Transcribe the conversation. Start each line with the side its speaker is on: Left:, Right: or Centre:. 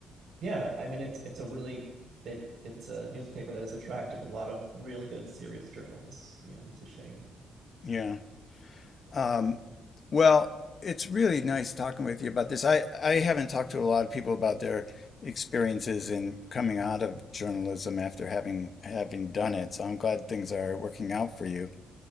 Right: Yeah, I mean it's it's a really it it's a newspaper that has attracted a lot of real good serious journalists. Yeah, and it's a shame.
Left: Yeah. Um, well, it's really nice talking with you about this. I I haven't talked to a lot of people about their experiences in coming out of journalism after having having done it. So I'm glad things are working out for you.